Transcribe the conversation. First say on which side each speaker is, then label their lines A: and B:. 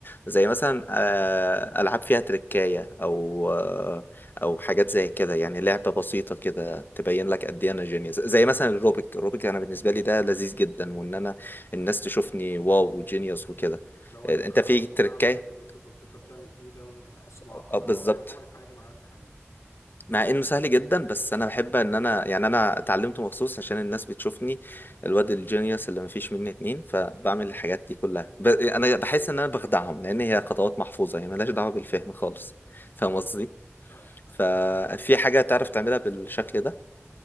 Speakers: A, on the left (about 45°); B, on the left (about 80°).
A: زي مثلا آه، العاب فيها تركايه او آه، او حاجات زي كده يعني لعبه بسيطه كده تبين لك قد ايه انا جينيوس زي مثلا الروبيك الروبيك انا بالنسبه لي ده لذيذ جدا وان انا الناس تشوفني واو جينيوس وكده
B: اللي هو
A: آه،
B: المكعب
A: انت في
B: مكعب
A: تركاية
B: رابك اللي بتفضل تفضل تعمل فيه ده بحسه
A: اه
B: معقد
A: آه، بالظبط
B: او عمري عمري في حياتي ما عرفت احله
A: مع انه سهل جدا بس انا بحب ان انا يعني انا اتعلمته مخصوص عشان الناس بتشوفني الواد الجينيوس اللي مفيش مني اتنين فبعمل
B: اه
A: الحاجات
B: اه
A: دي كلها ب... انا بحس ان انا بخدعهم لان هي خطوات محفوظة هي ملهاش دعوة بالفهم خالص فاهم
B: ايوه
A: قصدي
B: فاهمك فاهم
A: ففي حاجة تعرف تعملها بالشكل ده